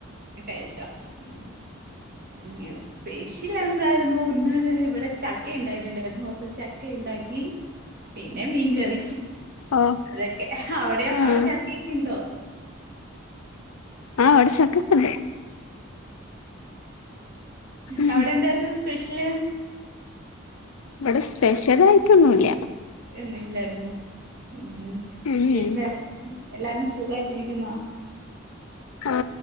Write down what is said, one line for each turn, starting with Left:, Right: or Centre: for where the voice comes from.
Right: നീ കഴിച്ചോ ഉം <unintelligible> സ്പെഷ്യൽ എന്തായിരുന്നു ന്ന് ഇവിടെ ചക്ക ഉണ്ടായിട്ടുണ്ടായിരുന്നു അപ്പൊ ചക്ക യിണ്ടാക്കി പിന്നെ മീൻകറി
Left: ഓഹ്
Right: അതൊക്കെ അവിടെയോ
Left: ആഹ്
Right: അവിടെ ചാക്കിയൊക്കെ ഉണ്ടോ
Left: ആഹ് ഇവിടെ ചക്ക ഒ ക്കെ ണ്ട് ഉം
Right: അവിടെ എന്തായിരുന്നു സ്പെഷ്യല്
Left: ഇവിടെ സ്പെഷ്യൽ ആയിട്ടൊന്നുല്ല
Right: എന്നും ല്ലായിരുന്നു ഉം
Left: ഉം
Right: വീട്ടില് എ <inaudible> ക്കും എല്ലാരും സുഖായിട്ടിരിക്കുന്നോ
Left: ആ